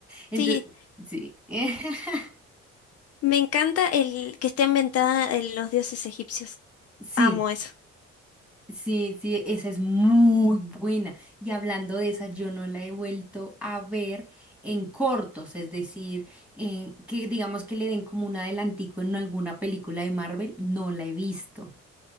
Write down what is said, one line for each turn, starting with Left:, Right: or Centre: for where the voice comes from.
Centre: Entonces,
Left: sí,
Centre: sí. <laughs>
Left: me encanta el que esté ambientada en los dioses egipcios.
Centre: Sí.
Left: Amo eso.
Centre: Sí, sí, esa es muy buena. Y hablando de esa, yo no la he vuelto a ver en cortos, es decir, en- que digamos que le den como un adelantico en alguna película de Marvel, no la he visto.